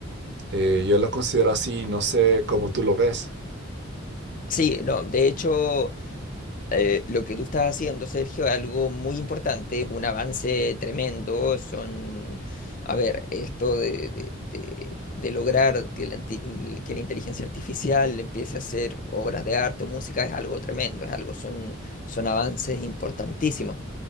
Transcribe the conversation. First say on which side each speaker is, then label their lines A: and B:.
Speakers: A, on the right (about 55°); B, on the left (about 40°).
A: eh, yo lo considero así, no sé cómo tú lo ves.
B: Sí, no, de hecho... Eh, lo que tú estás haciendo, Sergio, es algo muy importante, es un avance tremendo. Son, a ver, esto de, de- de- de lograr que la, inti- que la inteligencia artificial empiece a hacer obras de arte o música es algo tremendo, es algo, son, son avances importantísimos.